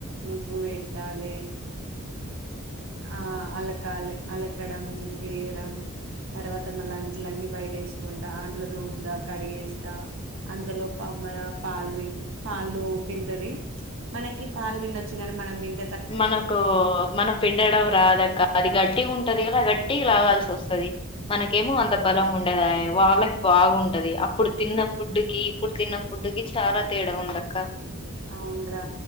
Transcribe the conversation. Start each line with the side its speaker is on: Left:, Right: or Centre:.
Right: ముగ్గు పెట్టాలి ఆ అలకా అల్ అలే క్కడం ముగ్గేయడం తర్వాత మల్ల అంట్లులన్నీ బయట్ వేసుకు కుంటా అంట్లు దోముతా కడిగేస్తా అంతలో పుఅమ్మాయి పాల్ రింగ్ పాలు పింతది న్ మనకి పాలు విన్ డోచ్చు కాని మనం పిండ్
Left: మనకు మనం పిండడం రాద అక్క అది గట్టి ఉంటది కదా గట్టి రావాల్సి వస్తది మనకేమో అంత బలం ఉండేదా య్ వాళ్ళకి బాగుంటది అప్పుడు తిన్న ఆప్పుడు కి అప్పుడు తిన్న ఆప్పుడుకి చాలా తేడా ఉంద అక్క
Right: అవున్రా